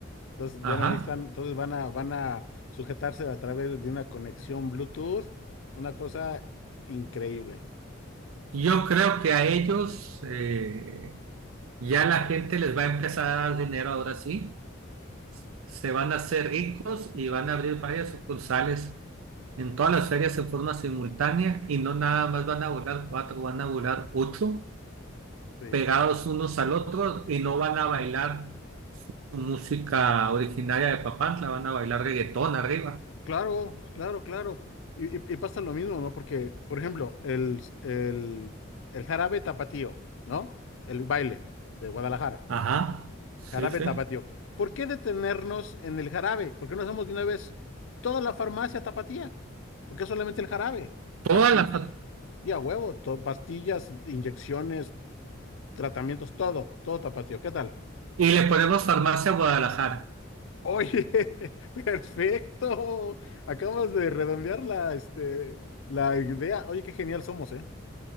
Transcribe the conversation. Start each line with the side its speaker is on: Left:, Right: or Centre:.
Left: Entonces ya
Right: Ajá.
Left: no necesitan, entonces van a, van a sujetarse a través de una conexión Bluetooth, una cosa increíble.
Right: Yo creo que a ellos eh, ya la gente les va a empezar a dar dinero ahora sí. Se van a hacer ricos y van a abrir varias sucursales en todas las ferias en forma simultánea y no nada más van a volar cuatro, van a volar ocho,
Left: Sí,
Right: pegados unos al otro y no van a bailar. música originaria de Papantla, van a bailar reggaetón arriba.
Left: claro, claro, claro. Y, y- y pasa lo mismo, ¿no? Porque, por ejemplo, el, el, el jarabe tapatío, ¿no? El baile de Guadalajara.
Right: Ajá, sí,
Left: Jarabe
Right: sí.
Left: tapatío. ¿Por qué detenernos en el jarabe? ¿Por qué no hacemos de una vez toda la farmacia tapatía? ¿Por qué solamente el jarabe?
Right: Todas
Left: Pastillas,
Right: las...
Left: y a huevo, to- pastillas, inyecciones, tratamientos, todo, todo tapatío. ¿Qué tal?
Right: Y le ponemos Farmacia Guadalajara.
Left: Oye, <laughs> perfecto. Acabas de redondear la, este, la idea. Oye, qué genial somos, ¿eh?